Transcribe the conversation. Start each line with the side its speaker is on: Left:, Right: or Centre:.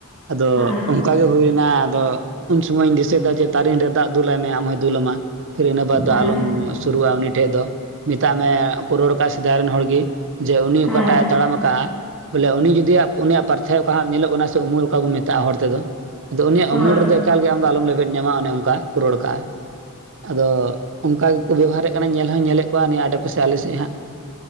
Right: ᱟᱫᱚ
Centre: ᱦᱮᱸ
Right: ᱚᱝᱠᱟ ᱜᱮ ᱦᱩᱭ ᱞᱮᱱᱟ ᱟᱫᱚ ᱩᱱ ᱥᱚᱢᱚᱭ ᱤᱧ ᱫᱤᱥᱟᱹᱭᱮᱫᱟ ᱡᱮ ᱛᱟᱨᱮᱱ ᱨᱮ ᱫᱟᱜ ᱫᱩᱞᱟᱭ ᱢᱮ ᱟᱢ ᱦᱚᱸᱭ ᱫᱩᱞ ᱟᱢᱟ ᱯᱷᱤᱨ ᱤᱱᱟᱹ ᱵᱟᱫᱽ ᱫᱚ
Centre: ᱦᱮᱸ
Right: ᱟᱞᱚᱢ ᱥᱩᱨᱩᱜᱼᱟ ᱩᱱᱤ ᱴᱷᱮᱡ ᱫᱚ᱾ ᱢᱮᱛᱟᱜ ᱢᱮ ᱟᱠᱚ ᱨᱚᱲ ᱠᱫᱼᱟ ᱥᱮᱫᱟᱭ ᱨᱮᱱ ᱦᱚᱲᱜᱮ ᱡᱮ ᱩᱱᱤ
Centre: ᱦᱮᱸ
Right: ᱚᱠᱟᱴᱟᱜᱼᱮ ᱛᱟᱲᱟᱢ ᱟᱠᱟᱜᱼᱟ᱾ ᱵᱚᱞᱮ ᱩᱱᱤ ᱡᱩᱫᱤᱭ ᱩᱱᱤᱭᱟᱜ ᱯᱟᱨᱪᱷᱟ ᱚᱠᱟ ᱧᱮᱞᱚᱜ ᱠᱟᱱᱟ ᱥᱮ ᱩᱢᱩᱞ ᱚᱠᱟ ᱵᱚᱱ ᱢᱮᱛᱟᱜᱼᱟ ᱦᱚ᱾ᱲ ᱛᱮᱫᱚ ᱟᱫᱚ ᱩᱱᱤᱭᱟᱜ
Centre: ᱦᱳᱭ
Right: ᱩᱢᱩᱞ ᱨᱮᱫᱚ ᱮᱠᱟᱞ ᱜᱮ ᱟᱢ ᱫᱚ ᱟᱞᱚᱢ ᱞᱮᱵᱮᱫ ᱧᱟᱢᱟ ᱚᱱᱮ ᱚᱝᱠᱟ ᱠᱚ ᱨᱚᱲ ᱠᱟᱜᱼᱟ᱾ ᱟᱫᱚ ᱚᱱᱠᱟ ᱜᱮᱠᱚ ᱵᱮᱵᱚᱦᱟᱨᱮᱫ ᱠᱟᱱᱟ ᱧᱮᱞ ᱦᱚᱧ ᱧᱮᱞᱮᱫ ᱠᱚᱣᱟ ᱱᱤᱭᱟᱹ ᱟᱰᱮᱯᱟᱥᱮ ᱟᱞᱮ ᱥᱮᱡ ᱦᱟᱸᱜ᱾